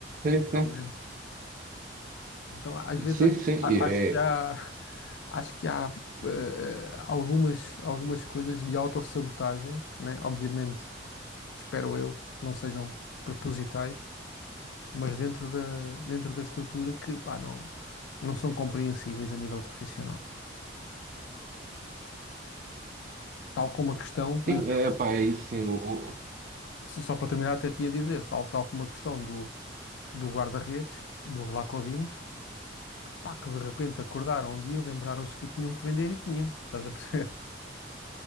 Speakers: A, on the right (about 45°); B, on the left (about 75°).
A: sim, sim,
B: pelo Então, às vezes,
A: sim,
B: acho,
A: sim, e
B: a- acho que há,
A: é,
B: acho que há eh, eh, algumas, algumas coisas de autossabotagem, né? Obviamente, espero eu, não sejam propositais, mas dentro da, dentro da estrutura que, pá, não, não são compreensíveis a nível profissional. Tal como a questão, por
A: sim,
B: exemplo,
A: é, pá, é isso, sim, o, o-
B: só só para terminar, até te ia dizer, tal, tal como a questão do, do guarda-redes, do Vlaco Dimos, pá, que de repente acordaram um dia, lembraram-se que o tinham que vender e tinham, estás a perceber?